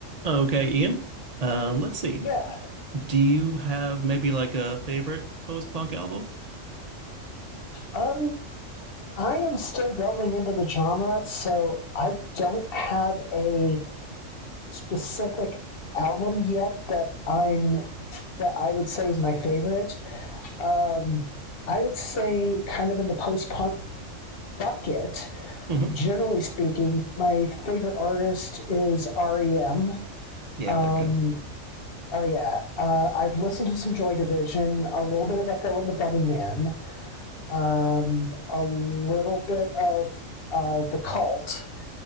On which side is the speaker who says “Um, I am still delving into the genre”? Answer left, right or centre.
Left